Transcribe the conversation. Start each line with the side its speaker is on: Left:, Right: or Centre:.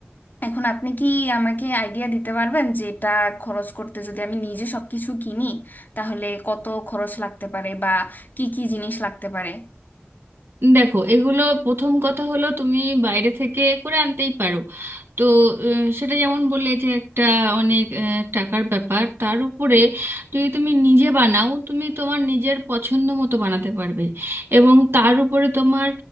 Left: এখন আপনি কি আমাকে আইডিয়া দিতে পারবেন যে এটা খরচ করতে যদি আমি নিজে সবকিছু কিনি তাহলে কত খরচ লাগতে পারে বা কি কি জিনিস লাগতে পারে
Right: দেখো এগুলো প্রথম কথা হলো তুমি বাইরে থেকে করে আনতেই পারো তো আহ, সেটা যেমন বললে যে একটা অনেক আহ, টাকার ব্যাপার তার উপরে যদি তুমি নিজে বানাও তুমি তোমার নিজের পছন্দ মতো বানাতে পারবে এবং তার উপরে তোমার